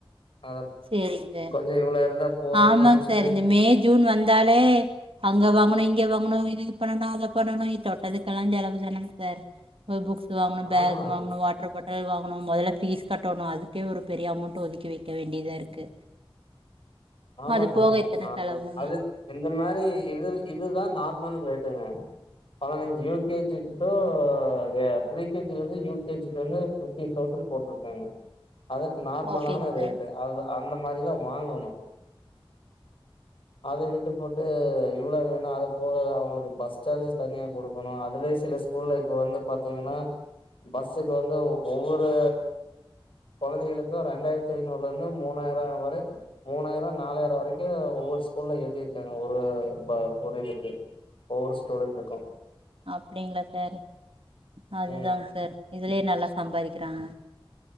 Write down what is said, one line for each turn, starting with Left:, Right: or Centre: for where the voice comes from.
Left: அத
Right: சேரிங்க சார்
Left: கொஞ்ச இவள இருந்தா போதுன்
Right: ஆமாங்க
Left: நினைச்
Right: சார் இந்த மே ஜூன் வந்தாலே அங்க வாங்கணு இங்க வாங்கணு இது பண்ணனு அத பண்ணனு இ தொட்டதுக்கல்லா செலவு தானாங் சர் புக்ஸஸு வாங்கணு பேக்
Left: ஆமா,
Right: வாங்ணு வாட்ர பாட் அல் வாங்கணு மொதல்ல பீஸ் கட்டோணு அதுக்கே ஒரு பெரிய அமோண்ட்டு ஒதுக்கி வெக்க வேண்டிதா இருக்கு
Left: ஆமாங்க
Right: அது போக
Left: ந
Right: இத்தனை செலவுங்க
Left: த அது இந்த மரி இதுல் இதுதா நார் மல் ரேட்டுங்க பதனஞ்சு யூ கேஜி டூ ஏ ப்ரீ கேஜிலேந்து யூ கேஜிக் வந்து ஃபிப்டீன் தௌசண் ஃபில் போட்ருக்காங்க அதர்க்கு நார்மலான
Right: ஓகேங்க
Left: ரேட்டு
Right: சார்
Left: அத அந்த மாரிதா வாங்கணு
Right: <inaudible>
Left: அத விட்டு போட்டு இவ்ளோ வேணு அத போக அவுங்களுக்கு பஸ் சார்ஜஸ் தனியா குடுக்கணு அதுலயு சில ஸ்கூல்ல இப்ப வந்து பாத்தீங்கனா பஸ்ஸுக்கு வந்து ஒவ்வொரு கொழந்தைகளுக்கு ரெண்டாயர்த்தி ஐநூறுலேந்து மூணா ஆயர்வா வரே மூணாயிரொ நாலாயர வரக்கு ஒவ்வொரு ஸ்கூல்ல ஏத்திருக்காங்க ஒரு ப ஒரு இதுக்கு ஒவ்வொரு ஸ்டூடண்ட்டுக்கு
Right: அப்டிங்ளா சர் அதுதாங்
Left: ம்
Right: சர் இதுலே நல்லா சம்பாரிக்கிறாங்க